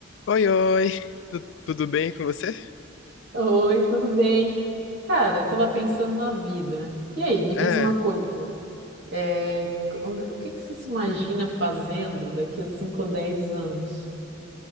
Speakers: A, on the left; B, on the right.
A: Oi, oi, Tu- tudo bem com você?
B: Oi, tudo bem? Cara, eu tava pensando na vida. E aí, me
A: É,
B: diz uma coisa. é, onde- o que que você se imagina fazendo daqui a 5 ou 10 anos?